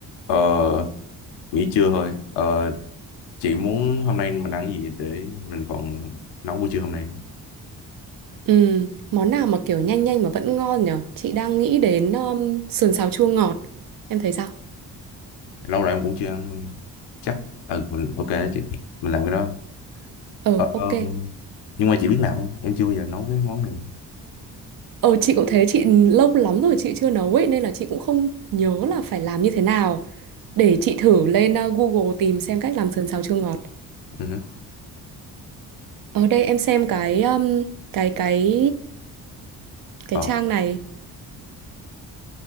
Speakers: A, on the left (about 70°); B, on the right (about 50°).
A: Ờ, nghỉ trưa thôi. Ờ, chị muốn hôm nay mình ăn cái gì để mình còn nấu buổi trưa hôm nay.
B: Ừ, món nào mà kiểu nhanh nhanh mà vẫn ngon nhở? Chị đang nghĩ đến um, sườn xào chua ngọt. Em thấy sao?
A: Lâu rồi em cũng chưa ăn. Chắc. Ừ, mình ok chị. Mình làm cái đó.
B: Ờ,
A: Ờ, ờ,
B: ok.
A: nhưng mà chị biết làm không? Em chưa bao giờ nấu cái món này.
B: Ờ, chị cũng thế, chị lâu lắm rồi chị chưa nấu ấy, nên là chị cũng không nhớ là phải làm như thế nào. Để chị thử lên uh, Google tìm xem cách làm sườn xào chua ngọt.
A: Ừ hử.
B: Ở đây em xem cái um, cái cái cái
A: Ờ,
B: trang này